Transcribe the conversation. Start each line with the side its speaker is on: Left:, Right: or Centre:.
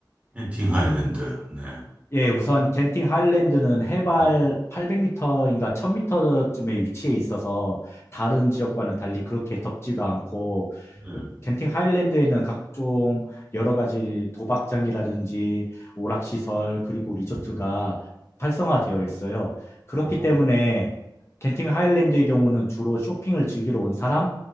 Right: 켄팅 하일랜드. 네.
Left: 예, 우선 genting 하일랜드는 해발
Right: 네.
Left: 800m인가 1000m쯤에 위치해 있어서 다른 지역과는 달리 그렇게 덥지가 않고
Right: 네.
Left: 겐팅 하일랜드에는 각종 여러 가지 도박장이라든지 오락시설 그리고 리조트가
Right: 음,
Left: 활성화되어 있어요. 그렇기
Right: 어,
Left: 때문에 겐팅 하일랜드의 경우는 주로 쇼핑을 즐기러 온 사람,